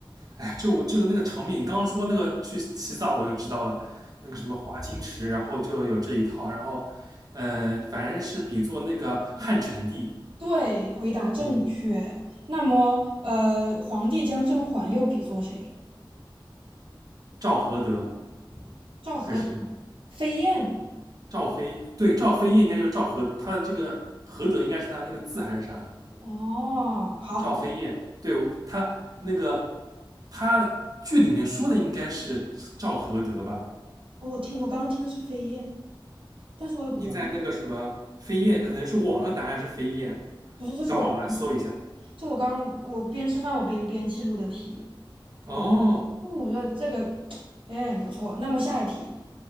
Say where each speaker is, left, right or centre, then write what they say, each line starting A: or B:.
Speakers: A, on the right (about 45°); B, on the right (about 75°).
A: 哎，就我这个那个场景，你刚刚说那个去洗澡，我就知道了，那个什么华清池，然后就有这一套，然后，嗯、反正是比作那个汉成帝，
B: 对，回答正确。
A: 嗯，
B: 那么，呃，皇帝将甄嬛又比作谁？
A: 赵合德
B: 赵合德、
A: 还是什么
B: 飞燕。
A: 赵飞，对，赵飞燕应该就是赵合，他的这个合德应该是他的那个字还是啥的
B: 哦，好，
A: 赵飞燕，对他那个他剧里面说的应该是赵合德吧？
B: 哦，我听我刚刚听的是飞燕，但是我也不知道，
A: 你在那个什么飞燕，可能是网上答案是飞燕，
B: 不是，这是我自己写
A: 等会儿我来搜一下。
B: 就我刚我边吃饭我边边记录的题，
A: 哦，
B: 我嗯我觉得这个哎不错，那么下一题，